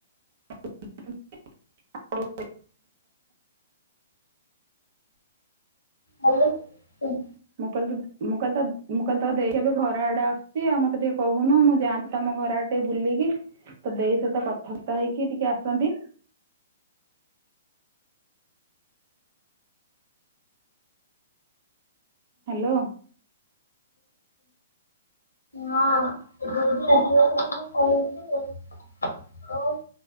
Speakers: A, on the right (about 50°); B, on the left (about 85°).
A: <inaudible> ଆଉ, <inaudible>
B: ହାଲୋ! ସୁଭୁ
A: ମୁଁ କହିଲି ତ! ମୁଁ କହିଲ ତ! ମୁଁ କହିଲଲି ତ! ଦେଇ ଏବେ ଘର ଆଡେ ଆସୁଛି। ଆଉ, ମତେ ଟିକେ କହୁନୁ, ମୁଁ ଯାଆନ୍ତି ତମ ଘର ଆଡେ ଟିକେ ବୁଲିକି ତୋ ଦେଇ ସହିତ କଥାବାର୍ତ୍ତା ହେଇକି ଟିକେ ଆସନ୍ତି। ହ୍ୟାଲୋ
B: ହଁ, ଏ ବୋଡି ଆସିବ ଯଦି <unintelligible> ମୁଁ କହିଚି <unintelligible> ଓହୋ!